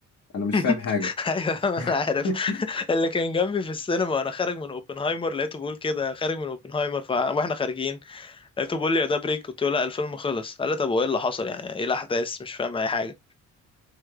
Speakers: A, on the left; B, on the left.
A: أنا مش
B: <laughs>
A: فاهم حاجة
B: ايوه ما انا عارف
A: <laughs>
B: <laughs> اللي كان جنبي في السينما وانا خارج من اوبنهايمر لقيته بيقول كده خارج من اوبنهايمر ف... واحنا خارجين لقيته بيقول لي يا ده بريك قلت له لا الفيلم خلص قال لي طب وايه اللي حصل يعني ايه الاحداث مش فاهم اي حاجه